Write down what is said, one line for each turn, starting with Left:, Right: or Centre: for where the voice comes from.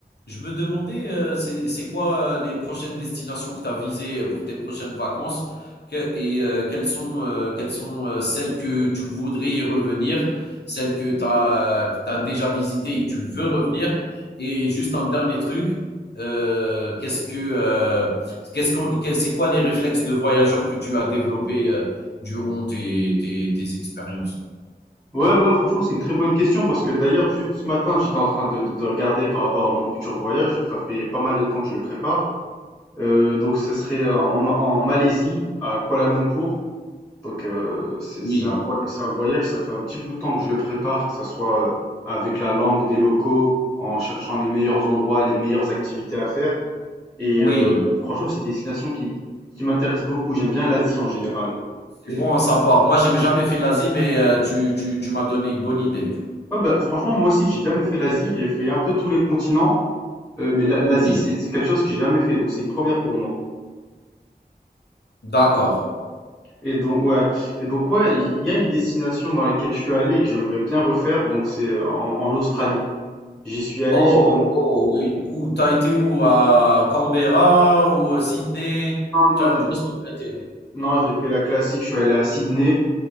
Left: Je me demandais, euh, c'est c'est quoi euh, les prochaines destinations que tu as visées pour tes prochaines vacances que- et euh, quelles sont, euh, quelles sont euh, celles que tu voudrais y revenir, celles que tu as, déjà visitées et que tu veux revenir. Et juste un dernier truc, euh, qu'est-ce que, euh, qu'est-ce qu'on, que- c'est quoi les réflexes de voyageurs que tu as développés euh, durant tes, tes, tes expériences?
Centre: Ouais, ouais, franchement, c'est une très bonne question parce que d'ailleurs, juste ce matin, j'étais en train de, de- de regarder par rapport à mon futur voyage. Ça fait pas mal de temps que je le prépare. Euh, donc, ça serait euh, en, Ma- en Malaisie, à Kuala Lumpur. Donc, euh, c'est c'est
Left: Oui,
Centre: un, vo- c'est un voyage, ça fait un petit bout de temps que je le prépare, que ça soit euh, avec la langue des locaux, en cherchant les meilleurs endroits, les meilleures activités à faire. Et
Left: oui.
Centre: euh, franchement, c'est une destination qui, qui m'intéresse beaucoup. J'aime bien l'Asie en général.
Left: C'est bon à savoir. Moi, j'ai jamais fait l'Asie, mais heu, tu tu tu m'as donné une bonne idée.
Centre: Ouais, bah, franchement, moi aussi, j'ai jamais fait l'Asie. J'ai fait un peu tous les continents. Euh, mais la- l'Asie,
Left: Oui,
Centre: c'est c'est quelque chose que j'ai jamais fait, donc c'est une première pour moi.
Left: d'accord.
Centre: Et donc ouais, et donc ouais, il y a une destination dans laquelle je suis allé et que j'aimerais bien refaire, donc c'est euh, en, en Australie. J'y suis allé,
Left: Oh,
Centre: j'ai
Left: oh oui. Où t'as été où? À Canberra ou, heu, Sydney?
Centre: non non
Left: Tu as
Centre: j'ai
Left: tu où est-ce que tu été?
Centre: non, j'ai fait la classique, je suis allé à Sydney